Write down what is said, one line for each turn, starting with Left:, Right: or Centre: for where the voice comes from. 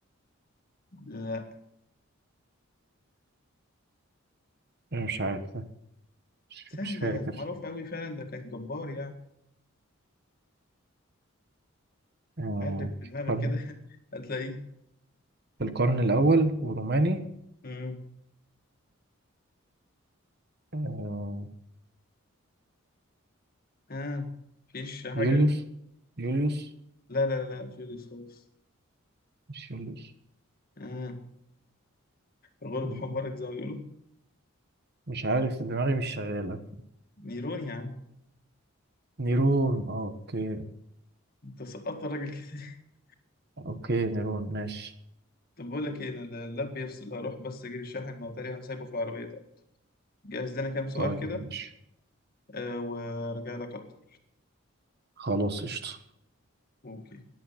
Left: لا
Right: إيه مش عارف ده مش,
Left: سهلة
Right: مش فاكر
Left: يا معروف أوي فعلا ده كان جبار يعني
Right: آه
Left: قلب في
Right: في
Left: دماغك
Right: القرن
Left: كده <laughs> هتلاقيه
Right: في القرن الأول وروماني
Left: مم.
Right: آه
Left: آه مفيش حاجة
Right: يوليوس يوليوس
Left: لا لا لا مش رصاص
Right: مش يوليوس
Left: آه غلب
Right: آه،
Left: حمارك زي ما بيقولوا
Right: مش عارف دماغي مش شغالة
Left: نيرون يا عم
Right: نيرون اه اوكي
Left: انت سقطت الراجل كده <laughs>
Right: اوكي نيرون ماشي
Left: طب بقول لك ايه انا اللاب بيفصل هروح بس اجيب الشاحن ما هو تقريبا سايبه في العربية ده جهز لنا كام سؤال
Right: طيب
Left: كده
Right: ماشي
Left: آه وارجع لك على طول
Right: خلاص قشطة
Left: اوكي